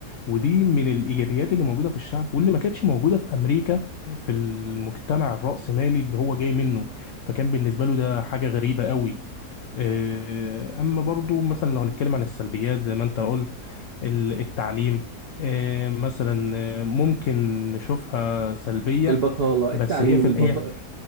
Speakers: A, on the left (about 60°); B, on the right (about 45°).
A: ودي من الايجابيات اللي موجودة في الشعب واللي ما كانتش موجودة في امريكا في المجتمع الرأسمالي اللي هو جاي منه فكان بالنسبة له ده حاجة غريبة قوي آه، اما برضو مثلا لو هنتكلم عن السلبيات زي ما انت قلت ال- التعليم آه، مثلا آه، ممكن نشوفها سلبية
B: البطالة
A: بس
B: التعليم
A: هي في
B: البط...
A: ال- هي في-